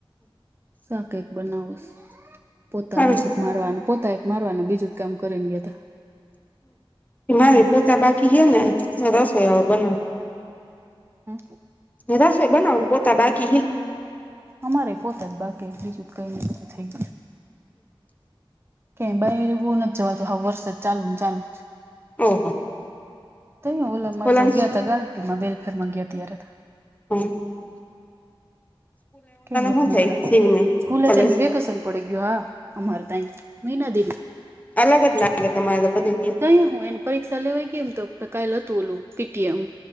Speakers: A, on the right; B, on the left.
A: શાકેય બને છે પોતાનાજી.
B: સારું
A: મારવાનું પોતા એક મારવાનું બીજું જ કામ કરીને ગયા તા.
B: હ મારે
A: હમ
B: પોતા બાકી છે ને રસોઈ અવ બનાવુ.
A: હમ
B: રસોઈ બનાવું પોતા બાકી હે.
A: અમારે પોતા જ બાકી બીજું જ કઈ જું નથી. કે બહાર બઉ નથી જવાતો હવે વરસાદ ચાલુ ચાલુ
B: ઓહો
A: ત ઓલામાં
B: ઓલા
A: તો ગયા ત ગાર્ટમાં બેલફેર માં ગયા ત્યારે <inaudible>
B: હમ
A: કઈ નથી
B: શું
A: નીકળાતું
B: થાય શિવને
A: સ્કૂલે
B: ઓલા
A: તેન વેકેશન પડી ગયું. હા અમારે તઈ મહિના દિ
B: અલગ જ લાગે તમારે બધું ત્યાં.
A: અહીયા હું એને પરીક્ષા લેવાઈ ગમ તો કાલે હતું ઓલું પીટીએમ